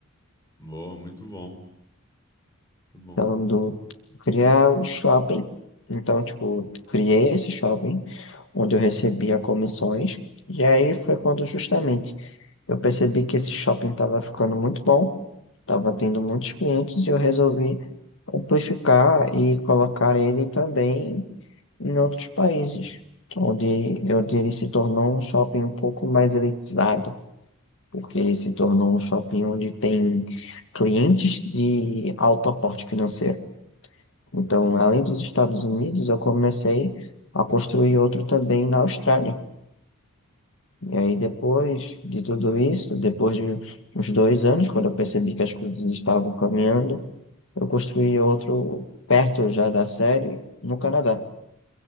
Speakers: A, on the left; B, on the left.
A: vou, muito bom, muito bom.
B: Então, do, criar o shopping. Então, tipo, criei esse shopping, onde eu recebia comissões. E aí foi quando justamente eu percebi que esse shopping estava ficando muito bom, estava tendo muitos clientes, e eu resolvi amplificar e colocar ele também em outros países, onde, onde ele se tornou um shopping um pouco mais elitizado, porque ele se tornou um shopping onde tem clientes de alto aporte financeiro. Então, além dos Estados Unidos, eu comecei a construir outro também na Austrália. E aí, depois de tudo isso, depois de uns dois anos, quando eu percebi que as coisas estavam caminhando, eu construí outro perto já da série no Canadá.